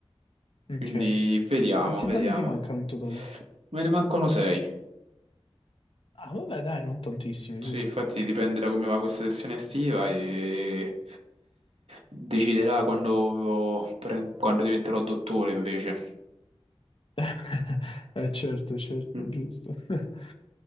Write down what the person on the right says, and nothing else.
quindi vediamo,
vediamo.
Me ne mancano sei.
Sì,
infatti dipende da come va questa sessione estiva e deciderà quando, pre- quando diventerò dottore invece.
Mm.